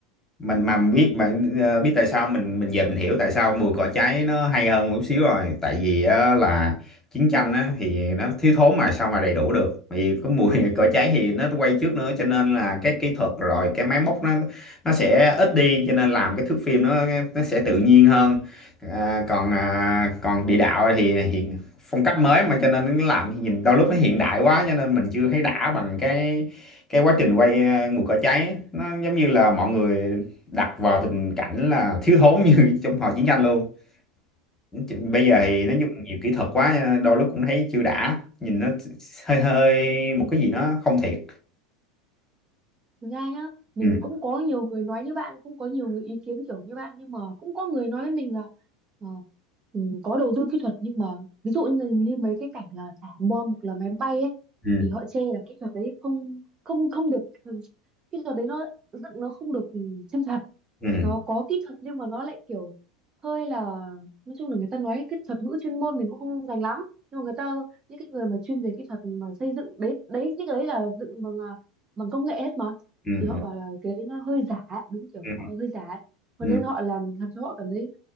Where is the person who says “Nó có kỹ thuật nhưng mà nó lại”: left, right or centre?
Right